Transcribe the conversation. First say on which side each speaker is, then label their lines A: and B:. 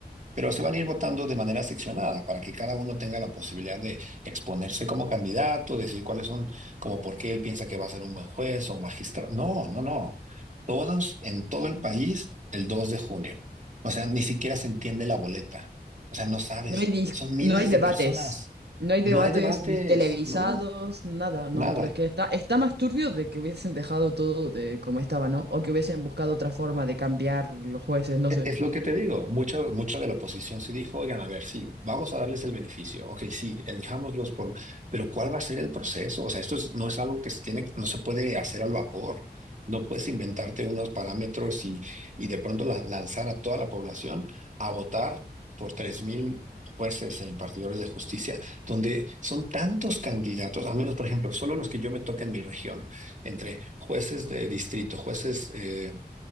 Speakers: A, on the right; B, on the right.
A: pero se van a ir votando de manera seccionada para que cada uno tenga la posibilidad de exponerse como candidato, decir cuáles son, como por qué él piensa que va a ser un buen juez o magistrado. No, no, no. Todos en todo el país el 2 de junio. O sea, ni siquiera se entiende la boleta. O sea, no sabes.
B: No hay, dis-
A: Son miles
B: no hay debates.
A: de personas.
B: No hay debates
A: No hay debates.
B: vi- televisados,
A: No,
B: nada, no,
A: nada.
B: pero es que está, está más turbio de que hubiesen dejado todo de como estaba, ¿no? O que hubiesen buscado otra forma de cambiar los jueces, no
A: E-
B: sé.
A: Es lo que te digo, mucha, mucha de la oposición sí dijo, oigan, a ver, sí, vamos a darles el beneficio, ok, sí, elijámoslos por, pero ¿cuál va a ser el proceso? O sea, esto es- no es algo que se tiene, no se puede hacer al vapor, no puedes inventarte unos parámetros y, y de pronto la- lanzar a toda la población a votar por tres mil jueces e impartidores de justicia, donde son tantos candidatos, al menos, por ejemplo, solo los que yo me toca en mi región, entre jueces de distrito, jueces eh,